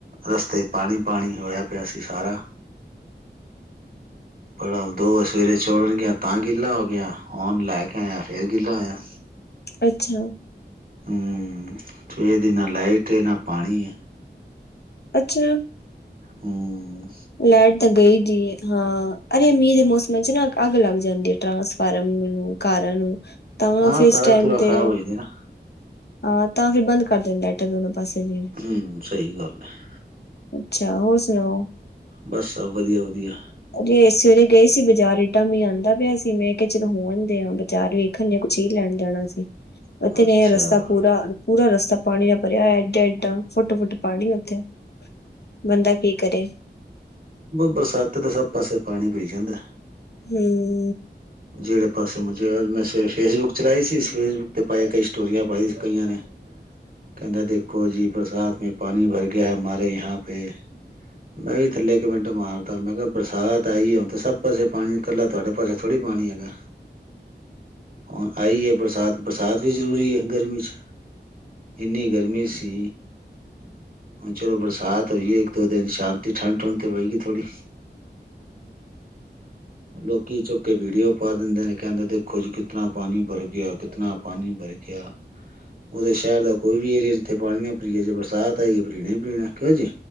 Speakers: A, on the right (about 50°); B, on the left (about 65°).
A: ਰਸਤੇ ਪਾਣੀ ਪਾਣੀ ਹੋਇਆ ਪਿਆ ਸੀ। ਸਾਰਾ ਬੜਾ ਦੋ ਸਵੇਰੇ ਛੜਨ ਗਿਆ। ਤਾਂ ਗਿੱਲਾ ਹੋ ਗਿਆ ਨ ਲੈ ਕੇ ਆਇਆ। ਫੇਰ ਗਿੱਲਾ ਹੋਇਆ।
B: ਅੱਛਾ।
A: ਹਮ ਠੀਕ ਲਾਈਟੇ ਨਾ ਪਾਣੀ ਏ।
B: ਅੱਛਾ।
A: ਹੂੰ,
B: ਲਾਈਟ ਤਾਂ ਗਈ ਜੀ, ਹਾਂ ਅਜੇ ਮੀਹ ਦੇ ਮੌਸਮ ਚ ਨਾ ਅੱਗ ਲੱਗ ਜਾਂਦੀ ਏ। ਟ੍ਰਾਂਸਫਾਰਮ ਨੂੰ, ਕਾਰਾਂ ਨੂੰ, ਤਾਂ
A: ਹਾਂ
B: ਫਿਰ ਇਸ
A: ਤਾਰਾ
B: ਟਾਈਮ
A: ਤੂਰਾ ਖ਼ਰਾਬ
B: ਤੇ
A: ਹੋ ਜਾਂਦੀ ਨਾ
B: ਆਹ ਤਾਂ ਫਿਰ ਬੰਦ ਕਰ ਦੇਣ, ਲਾਈਟਾਂ ਦੋਨੋ ਪਾਸੇ ਵੀ।
A: ਹਮ ਸਹੀ ਗੱਲ ਹੈ
B: ਅੱਛਾ, ਹੋਰ ਸੁਣਾਓ।
A: ਬਸ ਸਭ ਵਧੀਆ-ਵਧੀਆ।
B: ਅਜੇ ਸਵੇਰੇ ਗਏ ਸੀ ਬਜ਼ਾਰ ਏਡਾ ਮੀਂਹ ਆਂਦਾ ਪਿਆ ਸੀ, ਮੈਂ ਕਿਹਾ ਚਲੋ ਹੋ ਆਂਦੇ ਆਂ ਬਾਜ਼ਾਰ ਵੇਖਣਦੇ ਆਂ ਕੁ ਚੀ ਲੈਣ ਜਾਣਾ ਸੀ।
A: <unintelligible>
B: ਏਥੇ
A: ਅੱਛਾ
B: ਗਏ ਆਂ, ਰਸਤਾ ਪੂਰਾ-ਪੂਰਾ ਰਸਤਾ ਪਾਣੀ ਦਾ ਭਰਿਆ ਹੋਇਆ, ਐਡਾ-ਐਡਾ। ਫੁੱਟ-ਫੁੱਟ ਪਾਣੀ ਉੱਥੇ, ਬੰਦਾ ਕੀ ਕਰੇ।
A: ਬਰਸਾਤ ਦੇ ਸਭ ਪਾਸੇ ਪਾਣੀ ਪਈ ਜਾਂਦਾ।
B: ਹੂੰ।
A: ਜਿਹੜੇ ਪਾਸੇ ਮੁਝੇ ਮੈਂ ਸਵੇਰੇ ਫੇਸਬੁੱਕ ਚਲਾਈ ਸੀ, ਫੇਸਬੁੱਕ ਤੇ ਪਾਏ, ਕਈ ਸਟੋਰੀਆਂ ਪਾਈ ਸੀ ਕਈਆਂ ਨੇ। ਕਹਿੰਦਾ ਦੇਖੋ ਜੀ, ਬਰਸਾਤ ਮੈਂ ਪਾਣੀ ਭਰ ਗਿਆ, ਹਮਾਰੇ ਯਹਾਂ ਪੇ। ਮੈਂ ਵੀ ਥੱਲੇ ਕਮੈਂਟ ਮਾਰਤਾ, ਮੈਂ ਕਿਹਾ ਬਰਸਾਤ ਆਈ ਆ, ਤੇ ਸਭ ਪਾਸੇ ਪਾਣੀ ਇਕੱਲਾ ਤੁਹਾਡੇ ਪਾਸੇ ਥੋੜ੍ਹੀ ਪਾਣੀ ਹੈਗਾ। ਹੁਣ ਆਈ ਐ ਬਰਸਾਤ, ਬਰਸਾਤ ਵੀ ਜ਼ਰੂਰੀ ਐ ਗਰਮੀ ਚ। ਇੰਨੀ ਗਰਮੀ ਸੀ। ਹੁਣ ਚਲੋ ਬਰਸਾਤ ਹੋਈ ਏ, ਇੱਕ ਦੋ ਦਿਨ ਸ਼ਾਂਤੀ ਠੰਡ ਠੁੰਡ ਤੇ ਹੋਏਗੀ ਥੋੜੀ। ਲੋਕੀ ਚੁ ਕੇ ਵੀਡੀਓ ਪਾ ਦਿੰਦੇ ਨੇ, ਕਹਿੰਦੇ ਦੇਖੋ ਜੀ ਕਿਤਨਾ ਪਾਣੀ ਬਰ ਗਿਆ, ਕਿਤਨਾ ਪਾਣੀ ਬਰ ਗਿਆ। ਉਹ ਤਾਂ ਸ਼ਹਿਰ ਦਾ ਕੋਈ ਵੀ ਏਰੀਆ ਜਿੱਥੇ ਪਾਣੀ ਨਾ ਪੀਈਏ, ਜੇ ਬਰਸਾਤ ਆਈ ਐ ਪੀਣਾ ਹੀ ਪੀਣਾ, ਕਿਉਂ ਜੀ।